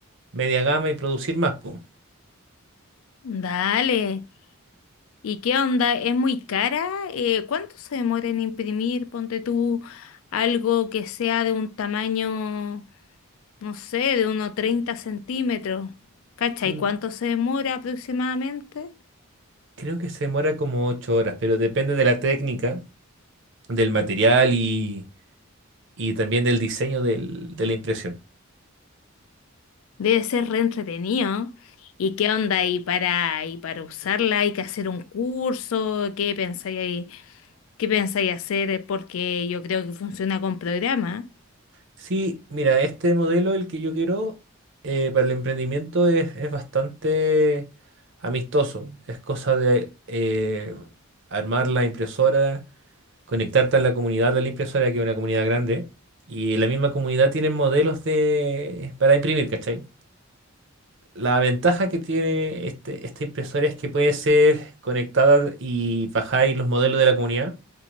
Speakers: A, on the right (about 55°); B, on the left (about 70°).
A: media gama y producir más, po.
B: Dale. ¿Y qué onda? ¿Es muy cara? Eh, ¿cuánto se demora en imprimir? Ponte tú algo que sea de un tamaño, no sé, de unos 30 centímetros. ¿Cacha?
A: Mm,
B: ¿Y cuánto se demora aproximadamente?
A: Creo que se demora como ocho horas, pero depende de la técnica, del material y, y también del diseño del- de la impresión.
B: Debe ser re entretenido. ¿Y qué onda? ¿Y para, y para usarla hay que hacer un curso? ¿Qué pensáis ahí? ¿Qué pensáis hacer? Porque yo creo que funciona con programa.
A: Sí, mira, este modelo, el que yo quiero eh, para el emprendimiento es, es bastante amistoso. Es cosa de eh, armar la impresora, conectarte a la comunidad de la impresora, que es una comunidad grande, y la misma comunidad tiene modelos de, para imprimir, ¿cachai? La ventaja que tiene este, esta impresora es que puede ser conectada y bajáis los modelos de la comunidad